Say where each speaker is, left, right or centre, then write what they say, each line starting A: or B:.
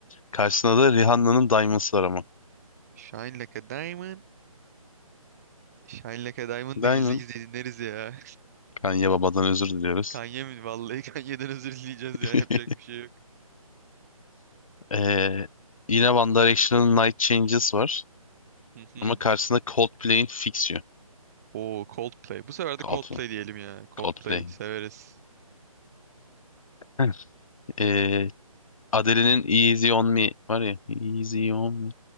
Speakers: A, on the left (about 65°); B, on the right (about 25°).
A: Karşısında da Rihanna'nın Diamonds var ama.
B: Shine Like a Diamond. Shine Like a Diamond
A: Diamond.
B: da gizli gizli dinleriz ya.
A: Kanye babadan özür diliyoruz.
B: Kanye mi? Vallahi <laughs> Kanye'den özür dileyeceğiz
A: <laughs>
B: ya. Yapacak bir şey yok.
A: Ee, yine One Direction'ın Night Changes var.
B: Hı hı.
A: Ama karşısında Coldplay'in Fix You.
B: Oo Coldplay. Bu sefer
A: Coldplay.
B: de Coldplay diyelim ya. Coldplay
A: Coldplay.
B: severiz.
A: Heh. Ee, Adele'nin Easy On Me var ya. Easy On Me.